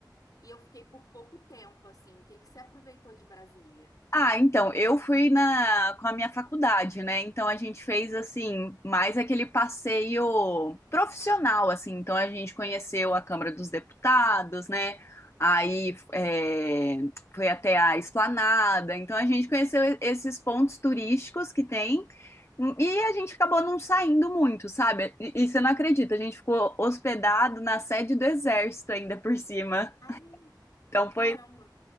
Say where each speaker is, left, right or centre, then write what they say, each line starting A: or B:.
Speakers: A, on the left; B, on the left.
A: e eu fiquei por pouco tempo, assim. O que que você aproveitou de Brasília?
B: Ah, então, eu fui na com a minha faculdade, né? Então a gente fez assim, mais aquele passeio profissional, assim. Então a gente conheceu a Câmara dos Deputados, né? Aí é, foi até a Esplanada. Então a gente conheceu esses pontos turísticos que tem. E a gente acabou não saindo muito, sabe? E, e você não acredita, a gente ficou hospedado na sede do Exército ainda por cima.
A: Caramba,
B: Então
A: caramba.
B: foi